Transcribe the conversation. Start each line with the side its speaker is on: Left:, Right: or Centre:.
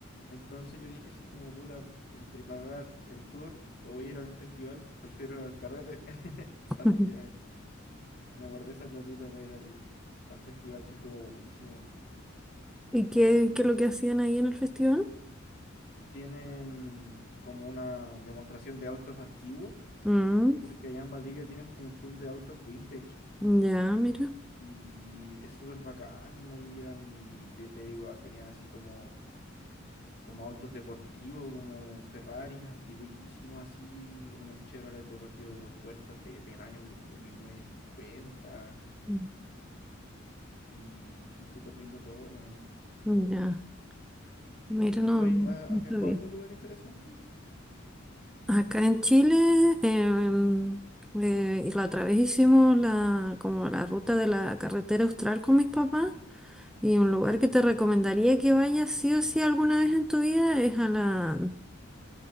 Left: Entonces yo dije así como puta, entre pagar el tour o ir al festival, prefiero ir al carrete. <laughs> Así
Centre: Ujú.
Left: que me guardé esa platita para ir al, al festival que estuvo buenísimo.
Centre: ¿Y qué, qué es lo que hacían ahí en el festival?
Left: Tienen como una demostración de autos antiguos,
Centre: Mm,
Left: porque allá en Valdivia tienen como un club de autos vintage.
Centre: ya, mira.
Left: Y es súper bacán, ahí eran, y te, te digo, ah, tenían así como como autos deportivos, como Ferraris antiguísimos, así, unos Chevrolet deportivos de dos puertas de- del año de como 1950
Centre: Mm,
Left: y, y súper lindo todo. weón.
Centre: Ya. Mira,
Left: ¿Y
Centre: no,
Left: tú ahí
Centre: no
Left: ha- has,
Centre: no
Left: viajado
Centre: sabía.
Left: a algún lugar interesante?
Centre: Acá en Chile, em, eh, y la otra vez hicimos la, como la ruta de la carretera austral con mis papás y un lugar que te recomendaría que vayas sí o sí alguna vez en tu vida es a la,